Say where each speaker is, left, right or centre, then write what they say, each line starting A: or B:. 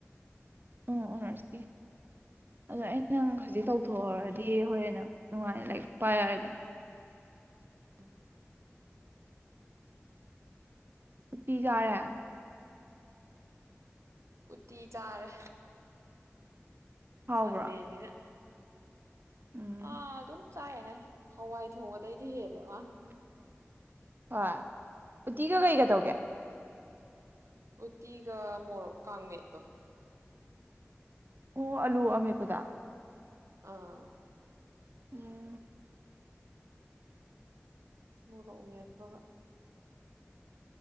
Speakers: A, on the right; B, on the right.
A: ꯑꯣ ꯑꯣꯅꯔꯁꯀꯤ ꯑꯗꯣ ꯑꯩ ꯅꯪ ꯍꯧꯖꯤꯛ ꯇꯧꯊꯣꯛꯍꯧꯔꯗꯤ ꯍꯣꯔꯦꯟ ꯅꯪ ꯅꯨꯡꯉꯥꯏ ꯂꯥꯏꯔꯤꯛ ꯄꯥ ꯌꯥꯔꯦꯗꯅ
B: ꯎꯝ
A: ꯎꯇꯤ ꯆꯥꯔꯦ
B: ꯎꯇꯤ ꯆꯥꯔꯦ
A: ꯍꯥꯎꯕ꯭ꯔꯣ
B: ꯁꯟꯗꯦꯅꯤꯅ
A: ꯎꯝ
B: ꯑ ꯑꯗꯨꯝ ꯆꯥꯏ ꯌꯥꯏ ꯍꯋꯥꯏ ꯊꯣꯡꯕꯗꯩꯗꯤ ꯍꯦꯜꯂꯦ ꯃꯥꯅ
A: ꯍꯣꯏ ꯎꯇꯤꯒ ꯀꯩꯒ ꯇꯧꯒꯦ
B: ꯎꯇꯤꯒ ꯃꯣꯔꯣꯛ ꯀꯥꯡꯃꯦꯠꯇꯣ
A: ꯑꯣ ꯑꯂꯨ ꯑꯃꯃꯦꯠꯄꯗ
B: ꯑꯥ
A: ꯎꯝ
B: ꯃꯔꯣꯛ ꯃꯦꯠꯄꯒ